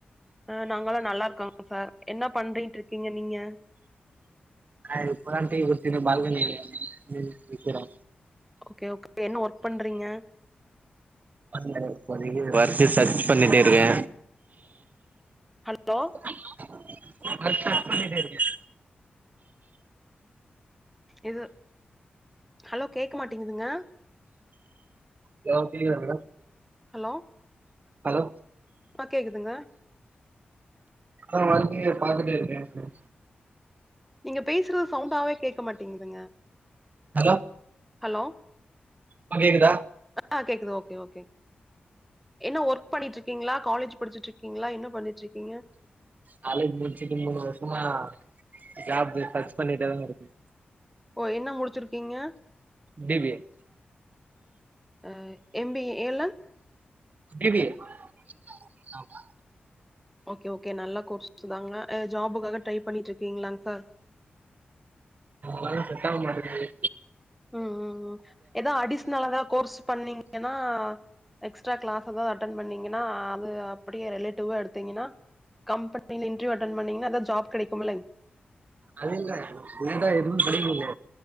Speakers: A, in the centre; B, on the right.
A: ஆ நாங்கால்லா நல்லா இருக்கோ சார் என்ன பண்றிட்டு இருக்கீங்க நீங்க
B: நா இப்போத்தா டீ குடிச்சினு பால்கனில நின் நிக்குறோ
A: ஓகே ஓகே என்ன ஒர்க் பண்றீங்க
B: பண்ல இப்போதைக்கி வொர்க் சர்ச் பண்ணிட்டு இருக்கே.
A: ஹலோ
B: <unintelligible>
A: இது ஹலோ கேக்க மாட்டேங்குதுங்க
B: ஹலோ கேட்குதா மேடம்
A: ஹலோ
B: ஹலோ
A: ஆ கேக்குதுங்க
B: ஆ வந்து பாத்துட்டே இருக்கே சரி
A: நீங்க பேசுறது சவுண்டாவே கேக்க மாட்டேங்குதுங்க
B: ஹலோ
A: ஹலோ
B: இப்போ கேக்குதா
A: ஆ கேக்குது ஓக்கே ஓக்கே என்ன ஒர்க் பண்ணிட்ருக்கீங்களா காலேஜ் படிச்சிட்ருக்கீங்களா என்ன பண்ணிட்ருக்கீங்க
B: காலேஜ் முடிச்சுட்டு மூணு வருசமா ஜாபு சர்ச் பண்ணிட்டே தா இருக்
A: ஓ என்ன முடிச்சிருக்கீங்க
B: பி பி ஏ
A: அ எம் பி ஏ எல் அ
B: பி பி ஏ அ ஆமா
A: ஓக்கே ஓக்கே நல்ல கோர்ஸ் தாங்க ஆ ஜாபுக்காக ட்ரை பண்ணிட்ருக்கீங்களா சார்
B: ஒன்னு செட்டாவ மாட்டேக்குது
A: ம் ம் ம் ஏதா அடிஷ்னல்லதா கோர்ஸ் பண்ணீங் ஏன்னா எக்ஸ்ட்ரா கிளாஸ் எதா அட்டென் பண்ணீங்கன்னா அது அப்டியே ரிலேட்டிவா எடுத் திங்னா கம்பெனில இன்ட்ரிவ் அட்டென் பண்ணீங்க எதா ஜாப் கெடைக்கு இல்லங்
B: அது இல்ல நாந்தா எதுவு படிக்களையே